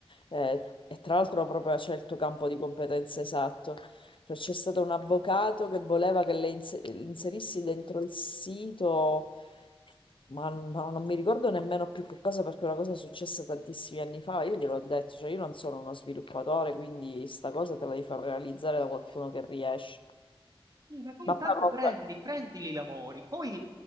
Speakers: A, on the left; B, on the right.
A: eh, e tra l'altro proprio c'è il tuo campo di competenza esatto. Cioè, c'è stato un avvocato che voleva che le inse- le inserissi dentro il sito, ma, ma non mi ricordo nemmeno più che cosa perché una cosa è successa tantissimi anni fa. Io gliel'ho detto, cioè io non sono uno sviluppatore, quindi sta cosa te la devi far realizzare da qualcuno che riesce.
B: Sì, ma tu intanto
A: Ma poi comunque-
B: prendi, prendili i lavori, poi in